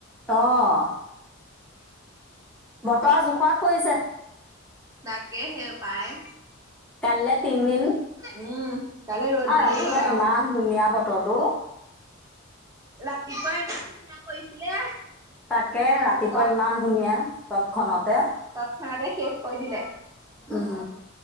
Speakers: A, in the centre; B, on the right.
A: অঁ! বতৰ জোখত পৰিছে।
B: তাকে সেই পায়!
A: কাইলে তিনিদিন
B: উম! কাইলৈ ৰ'দ
A: আ
B: দিলেই
A: ৰাতিপুৱা
B: হ'ল আৰু।
A: ইমান ধুনীয়া বতৰ বতৰটো।
B: ৰাতিপুৱা ইমান ধুনীয়া কৰিছিলে
A: তাকে ৰাতিপুৱা
B: তত
A: ইমান ধুনীয়া, তৎক্ষণতে,
B: তৎক্ষণাতে শেষ কৰি দিলে।
A: উম!